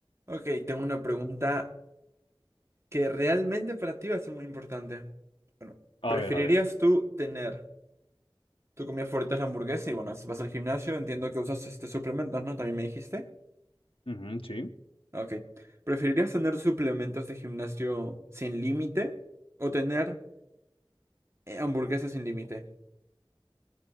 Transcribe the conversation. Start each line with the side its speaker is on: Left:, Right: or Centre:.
Right: Ok, tengo una pregunta que realmente para ti va a ser muy importante. Bueno,
Left: A
Right: ¿preferirías
Left: ver, a ver.
Right: tú tener tu comida favorita es la hamburguesa y bueno, si vas al gimnasio, entiendo que usas este suplementos, ¿no? También me dijiste.
Left: Ujú, sí.
Right: Ok. ¿Preferirías tener suplementos de gimnasio sin límite o tener eh, hamburguesas sin límite?